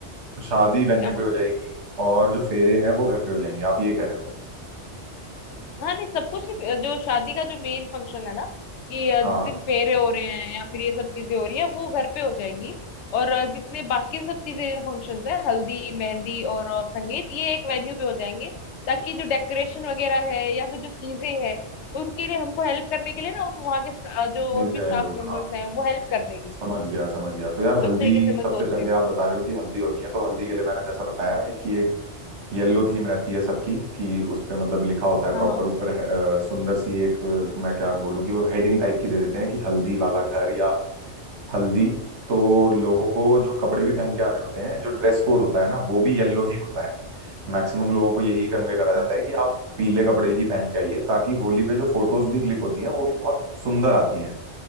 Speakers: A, on the right; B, on the left.
A: तो शादी वेन्यू
B: क्या बोलते
A: पे हो जाएगी
B: हो
A: और जो फेरे हैं वो घर पे हो जाएंगे आप ये कह रहे हो
B: हाँ नहीं सब कुछ ही जो शादी का जो मेन फंक्शन है ना कि अ,
A: हाँ
B: जिस दिन फेरे हो रहे हैं या फिर ये सब चीजें हो रही है वो घर पे हो जाएंगी और अ, जितने बाकी सब चीजें फंक्शंस है हल्दी मेहंदी और अ, संगीत ये एक वेन्यू पे हो जाएंगे ताकि जो डेकोरेशन वगैरह है या फिर जो चीजें है तो उनके लिए हमको हेल्प करने के लिए ना उन वहाँ के sta- जो
A: मिल
B: और भी
A: जाए
B: स्टाफ
A: लोग
B: मेंबर्स
A: हाँ
B: हैं वो हेल्प कर देंगे
A: समझ गया समझ गया तो यार
B: तो
A: हल्दी
B: इस तरीके से मैं
A: सबसे
B: सोच
A: पहले
B: रही हूँ
A: आप बता रहे हो कि हल्दी होनी है तो हल्दी के लिए मैंने जैसा बताया एक कि एक येलो थीम रहती है सबकी कि उस पे मतलब लिखा होता है प्रॉपर
B: हाँ हाँ
A: ऊपर अ, सुंदर सी एक अ, मैं क्या बोलूं कि वो हेडिंग टाइप की दे देते हैं कि हल्दी वाला घर या हल्दी तो लोगों को जो कपड़े भी पहन के आने होते हैं जो ड्रेस कोड होता है ना वो भी येलो ही होता है मैक्सिमम लोगों को यही कन्वे करा
B: हाँ
A: जाता है कि आप पीले कपड़े ही पहन के आइए ताकि होली पे जो फोटोज भी क्लिक होती हैं वो भी बहुत सुंदर आती हैं